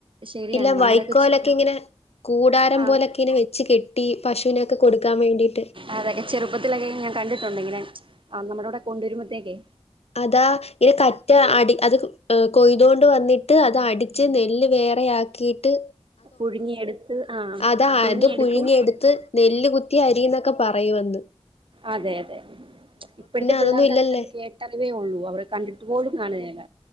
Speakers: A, on the right; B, on the left.
A: ശരിയാണ്
B: ഇല്ലാ
A: നമ്മുടെയൊക്കെ
B: വൈക്കോലെക്കെയിങ്ങനെ.
A: ചെ
B: കൂടാരം
A: ആഹ്
B: പോലെക്കെയിനെ വെച്ച് കെട്ടി പശുനെക്കെ കൊടുക്കാൻ വേണ്ടിട്ട്.
A: അതെ ചെറുപ്പത്തിലെക്കെ ഞാൻ കണ്ടിട്ടൊണ്ടിങ്ങനെ നമ്മടെവിടെ കൊണ്ടുവരുമ്പത്തേക്കെ.
B: അതാ ഇത് കറ്റ അടി അത് കൊയ്തോണ്ട് വന്നി ട്ട് അതടിച്ച് നെല്ല് വേറെയാക്കിട്ട്
A: പുഴുങ്ങിയെടുത്ത് ആഹ്
B: അതാ
A: പുഴുങ്ങിയെടുക്കും
B: അത് പുഴുങ്ങിയെടുത്ത് നെല്ല് കുത്തി അരിന്നെക്കെ പറയു അന്ന്.
A: അതെ അതെ ഇപ്പഴത്തെ പിള്ളേർകെക്കെ
B: അതൊന്നും ഇല്ലല്ലേ
A: അത് കേട്ടറിവേയാള്ളൂ. അവരെ കണ്ടിട്ട് പോലും കാണകേല.